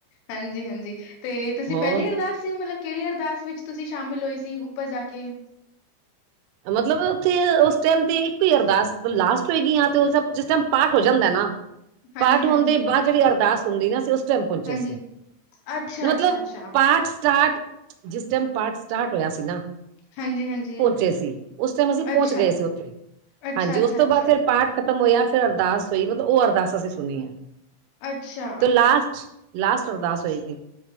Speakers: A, on the left; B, on the right.
A: ਹਾਂਜੀ-ਹਾਂਜੀ, ਤੇ ਤੁਸੀਂ
B: ਹੋਰ
A: ਪਹਿਲੀ ਵਾਰ ਸੀ, ਮਲਬ ਕਿਹੜੀ ਅਰਦਾਸ ਵਿੱਚ ਤੁਸੀਂ ਸ਼ਾਮਿਲ ਹੋਏ ਸੀ ਉੱਪਰ ਜਾ ਕੇ।
B: ਮਤਲਬ, ਉੱਥੇ ਉਸ ਟੈਮ ਤੇ ਇੱਕੋ ਈ ਅਰਦਾਸ ਲਾਸਟ ਹੋਏਗੀ ਆਂਤੋ <unintelligible> ਜਿਸ ਟਾਈਮ ਪਾਠ ਹੋ ਜਾਂਦੈ ਨਾ।
A: ਹਾਂਜੀ-ਹਾਂਜੀ,
B: ਪਾਠ ਹੋਣ ਦੇ ਬਾਅਦ ਜਿਹੜੀ ਅਰਦਾਸ ਹੁੰਦੀ ਆਂ ਅਸੀ ਉਸ ਟਾਇਮ ਪਹੁੰਚੇ
A: ਹਾਂਜੀ,
B: ਸੀ,
A: ਅੱਛਾ-ਅੱਛਾ-ਅੱਛਾ,
B: ਮਤਲਬ ਪਾਠ ਸਟਾਰਟ ਜਿਸ ਟਾਈਮ ਪਾਠ ਸਟਾਰਟ ਹੋਇਆ ਸੀ ਨਾ
A: ਹਾਂਜੀ-ਹਾਂਜੀ।
B: ਚੇਸੀ, ਉਸ ਟੈਂਮ ਅਸੀਂ ਪਹੁੰਚ
A: ਅੱਛਾ।
B: ਗਏ ਸੀ ਓਥੇ,
A: ਅੱਛਾ-ਅੱਛਾ-ਅੱਛਾ,
B: ਹਾਂਜੀ, ਉਸਤੋਂ ਬਾਅਦ ਫੇਰ ਪਾਠ ਖਤਮ ਹੋਇਆ, ਫੇਰ ਅਰਦਾਸ ਹੋਈ, ਮਤਲਬ ਓ ਅਰਦਾਸ ਅਸੀਂ ਸੁਨੀ ਐ,
A: ਅੱਛਾ,
B: ਤੇ
A: ਅੱਛਾ ਅੱਛਾ ਅੱਛਾ
B: ਲਾਸਟ ਲਾਸਟ ਅਰਦਾਸ ਹੋਏਗੀ